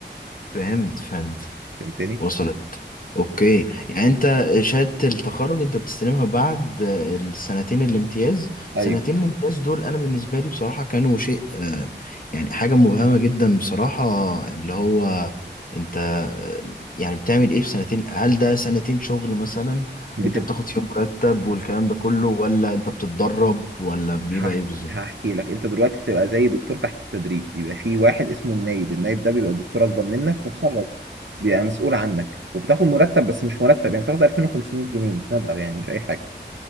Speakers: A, on the left; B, on the right.
A: فهمت فهمت
B: فهمتني؟
A: وصلت اوكي يعني انت شهادة التخرج انت بتستلمها بعد السنتين الامتياز سنتين
B: أيوه
A: الامتياز دول انا بالنسبة لي بصراحة كانوا شيء آه، يعني حاجة مبهمة جدا بصراحة اللي هو انت آه، يعني بتعمل ايه في سنتين هل ده سنتين شغل مثلا
B: بتبقى
A: انت بتاخد فيهم مرتب والكلام ده كله ولا انت بتتدرب ولا بيبقى
B: هح...
A: ايه بالظبط
B: هحكي لك أنت دلوقتي بتبقى زي دكتور تحت التدريب بيبقى في واحد اسمه النايب النايب ده بيبقى دكتور أكبر منك متخرج بيبقى مسؤول عنك وبتاخد مرتب بس مش مرتب يعني بتاخد 2500 جنيه مبلغ يعني مش أي حاجة